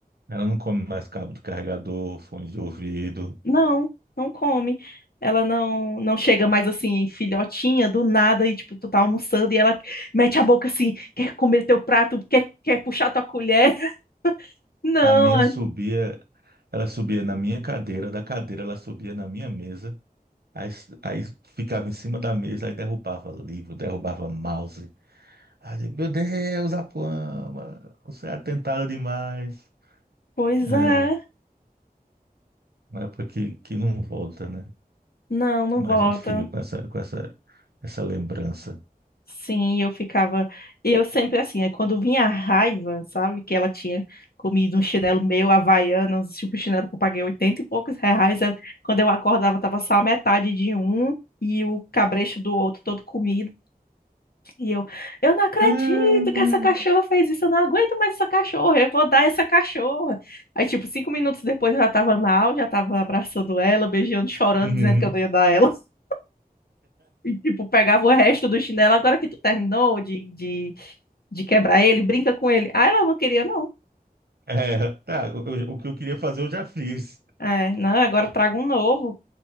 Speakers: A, on the right; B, on the left.
A: ela não come mais cabo de carregador, fone de ouvido.
B: Não, não come. Ela não não chega mais assim, em filhotinha, do nada, e tipo, tu tá almoçando e ela mete a boca assim, quer comer teu prato, quer, quer puxar tua colher. <laughs> Não,
A: A minha
B: é-
A: subia, ela subia na minha cadeira, da cadeira ela subia na minha mesa, aí, aí ficava em cima da mesa, aí derrubava livro, derrubava mouse. Aí eu digo, Meu Deus, Apuama, você é atentado demais.
B: pois
A: É
B: é.
A: uma época que, que não volta, né?
B: Não, não
A: Mas
B: volta.
A: a gente fica com essa, com essa, essa lembrança.
B: Sim, eu ficava. Eu sempre assim, é quando vinha a raiva, sabe? Que ela tinha comido um chinelo meu, Havaianas, tipo chinelo que eu paguei 80 e poucos reais. eu- Quando eu acordava, tava só a metade de um e o cabresto do outro todo comido. E eu, eu não acredito
A: <laughs> Uhum.
B: que essa cachorra fez isso, eu não aguento mais essa cachorra, eu vou dar essa cachorra. Aí, tipo, cinco minutos depois eu já tava mal, já tava abraçando ela, beijando, chorando,
A: Uhum.
B: dizendo que eu não ia dar ela. <laughs> E, tipo, pegava o resto do chinelo. Agora que tu terminou de, de de quebrar ele, brinca com ele. Ah, ela não queria, não.
A: É, tá, o, o que eu queria fazer eu já fiz.
B: É, não, agora traga um novo.